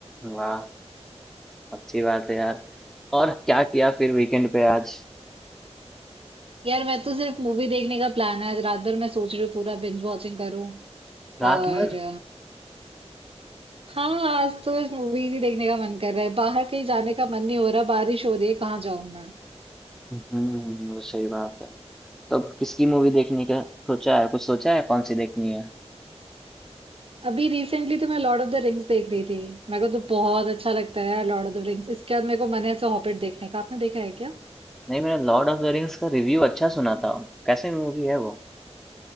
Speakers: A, in the centre; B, on the right.
A: वाह अच्छी बात है यार और क्या किया फिर वीकेंड पे आज
B: यार मैं तो सिर्फ मूवी देखने का प्लान है आज रात भर मैं सोच रही हूँ पूरा बिंज वॉचिंग करूँ
A: रात
B: और
A: भर
B: हाँ आज तो मूवीज ही देखने का मन कर रहा है बाहर कहीं जाने का मन नहीं हो रहा बारिश हो रही है कहाँ जाऊं मैं
A: हम्म वो सही बात है तो अब किसकी मूवी देखने का सोचा है कुछ सोचा है कौन सी देखनी है
B: अभी रिसेंटली तो मैं लॉर्ड ऑफ द रिंग्स देख रही थी मेरे को तो बहुत अच्छा लगता है यार लॉर्ड ऑफ द रिंग्स इसके बाद मेरे को मन है ऐसे हॉबिट देखने का आपने देखा है क्या
A: नहीं मैंने लॉर्ड ऑफ द रिंग्स का रिव्यू अच्छा सुना था कैसी मूवी है वो